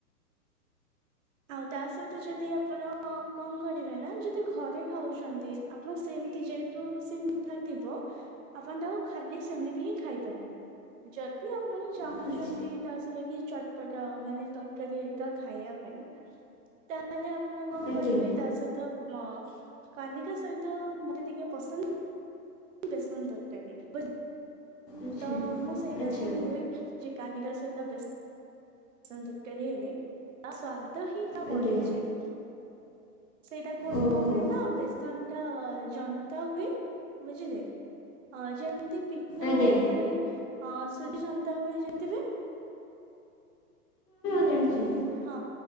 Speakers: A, on the right (about 55°); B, on the left (about 80°).
A: ଆଉ ତା ସହିତ ଯଦି ଆପଣ କଣ କରିବେ ନା ଯଦି ଘରେ ଖାଉଛନ୍ତି। ଆପଣ ସେମିତି ଯେହେତୁ ସେ ମିଠା ଥିବ ଆପଣ ତାକୁ ଖାଲି ସେମିତି ହିଁ ଖାଇ ପାରିବେ। ଯଦି ଆପଣ ଚାହୁଁଛନ୍ତି
B: ଆଚ୍ଛା
A: ତା ସହିତ କିଛି ଚଟପଟା ମାନେ ତରକାରୀ ହରିକା ଖାଇବା ପାଇଁ। ତା ହେଲେ ଆପଣ କଣ
B: ଆଜ୍ଞା
A: କରିବେ ତା ସହିତ ମ କାନିକା ସହିତ ମତେ ଟିକେ ପସନ୍ଦ ବେସନ ତରକାରୀ ବଟ୍
B: ଆଚ୍ଛା
A: ତ ମୁଁ ସେଇଟାକୁ
B: ଆଚ୍ଛା
A: ହିଁ କୁହେ। ଯେ କାନିକା ସହିତ ବେସନ ତରକାରୀ ହେଲେ ତା ସୁଆଦ ତ, ହିଁ, ତ
B: ଆଜ୍ଞା
A: ବଢିଯାଏ ସେଇଟା କୁହେ
B: ଓହୋ
A: ହୁଏ ନା ବେଶ ବେସନଟା ଜନ୍ତା ହୁଏ ବୁଝିଲେ ଅ ଯେମତି ପିଠା
B: ଆଜ୍ଞା
A: ପାଇଁ ସୁଜି ଯନ୍ତା ହୁଏ ଯେମିତି ହୁଏ।
B: ଜାଣଛି।
A: ହଁ,